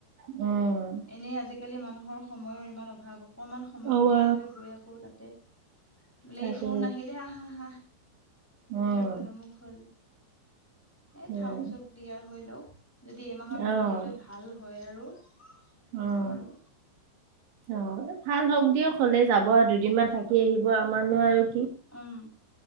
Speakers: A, on the right (about 70°); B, in the centre.
A: উম
B: এনেই আজিকালি মানুহৰ সময়ৰ ইমান অভাৱ অকমান সময়
A: অৱা
B: উলিয়াই লৈ গৈ আকৌ তাতে বোলে
A: তাকে
B: এই ফোন আহিলে আহা আহা দিগদাৰ
A: উম
B: হ'ল অমুক হ'ল এ
A: সেয়াই
B: থাওক চব ক্লিয়াৰ হৈ লওক যদি এইমাহৰ ভিতৰতে
A: আহ
B: ভাল হয় আৰু
A: আহ
B: যাম আৰু
A: অ ভাল হওঁক দিয়ক হলে যাব আৰু দুদিনমান থাকি আহিব আমাৰনো আৰু
B: উম